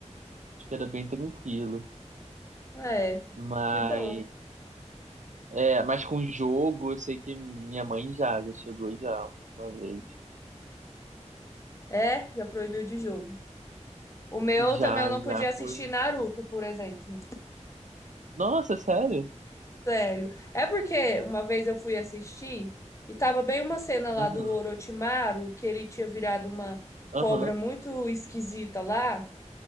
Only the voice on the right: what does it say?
acho que era bem tranquilo.
Mas,
é, mas com jogo, eu sei que minha mãe já, já chegou já uma vez.
Já,
já
fui.
Nossa, sério?
Uhum,
aham,